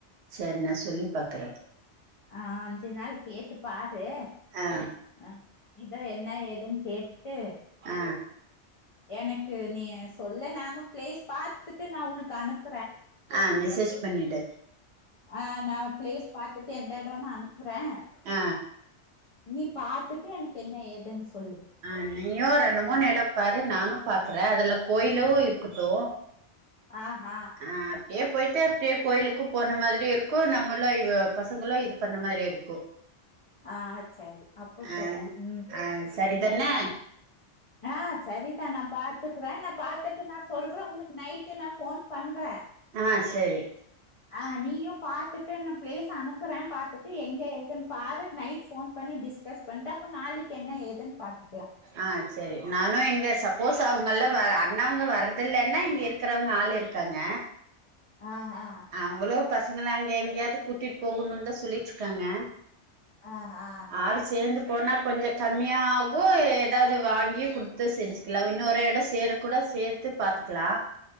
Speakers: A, on the right; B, on the left.
A: சேர் நா சொல்லி பாக்குறே
B: ஆ அஞ்சு நாள் கேட்டு பாரு
A: ஆ
B: ஆ இத என்ன ஏதுன் கேட்டு
A: ஆ
B: எனக்கு நீ சொல்லு நானு ஃபிளேஸ் பாத்துட்டு நா உனக்கு அனுப்
A: ஆ மெசேஜ் பண்ணிடு
B: ஆ நா ஃபிளேஸ் பாத்துட்டு எந்த எடோன்னு அனுப்புறே
A: ஆ
B: நீ பாத்துட்டு எனக்கு என்ன ஏதுன் சொல்லு
A: அ நீயு ரெண்டு மூணு எடம் பாரு நானு பாக்குறே அதுல கோயிலு இருக்கட்டு
B: ஆ ஹ
A: ஆ அப்டியே போய்ட்டு அப்டியே கோயிலுக்கு போன மாதிரியு இருக்கு நம்மளு இ பசங்களு இது பண்ண மாரி இருக்கு
B: ஆ செரி அப்போ
A: ஆ
B: செரி ம்
A: ஆ சரி
B: செர்றா
A: தான
B: ஆ சரிதா நா பாத்துக்கிறே நா பாத்துட்டு நா சொல்றே உனக்கு நைட்டு நா ஃபோன் பண்றே
A: அ செரி
B: அ நீயு பாத்துட்டு நா பிளேஸ அனுப்புறே பாத்துட்டு எங்க எதுன்ன பாரு நைட் ஃபோன் பண்ணி டிஸ்கஸ் பண்ட்டு அப்ப நாளைக்கி என்ன ஏதுன் பாத்துக்லா
A: ஆ செரி நானு இங்க சப்போஸ் அ இவ்ங்கல்லா வ அண்ணாவ்ங்க வரறதில்லைன்னா இங்க இருக்கிறவங்க ஆள் இருக்காங்க
B: ஆ ஆ
A: அவுங்களு பசங்களு அங்க எங்கயாவ்து கூட்டிட்டு போகணுன் தா சொல்லிட்ருக்காங்க
B: ஆ ஆ
A: ஆள் சேந்து போனா கொஞ்ச கம்மியாகு எதாவ்து வாங்கி குடுத்து செஞ்சிக்கலா இன்னொரு எடோ சேர் கூட சேத்து பாத்துக்கலா